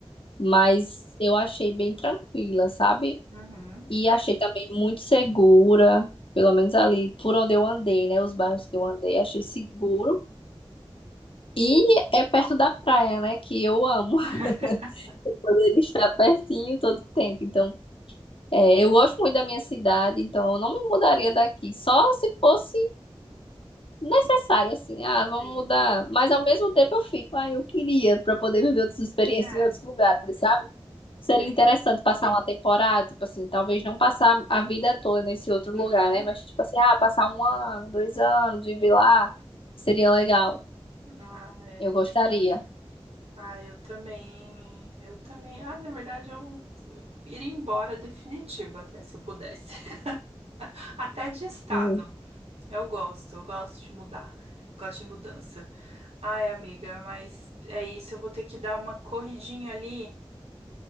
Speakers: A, on the left; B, on the right.
A: mas eu achei bem tranquila, sabe?
B: Uhum.
A: E achei também muito segura, pelo menos ali por onde eu andei,
B: Sim,
A: né? Os bairros que eu andei, achei seguro. E é perto da praia, né? Que eu amo.
B: <laughs>
A: Eu poderia estar pertinho todo tempo. Então, é, eu gosto muito da minha cidade, então eu não me mudaria daqui. Só se fosse necessário, assim, ah, vamos
B: sim.
A: mudar. Mas ao mesmo tempo eu fico, ah, eu queria para poder viver outras experiências
B: É,
A: em outros lugares, sabe? Seria
B: sim.
A: interessante passar uma temporada, tipo assim, talvez não passar a vida toda nesse outro
B: Uhum.
A: lugar, né? Mas, tipo assim, ah, passar um ano, dois anos, viver lá, seria legal.
B: Ah, é
A: Eu gostaria.
B: verdade. Ah, eu também. Eu também. Ah, na verdade, eu eu iria embora definitivo até se eu pudesse. <laughs> Até de estado.
A: Sim.
B: Eu gosto, eu gosto de mudar. Gosto de mudança. Ai, amiga, mas é isso. Eu vou ter que dar uma corridinha ali.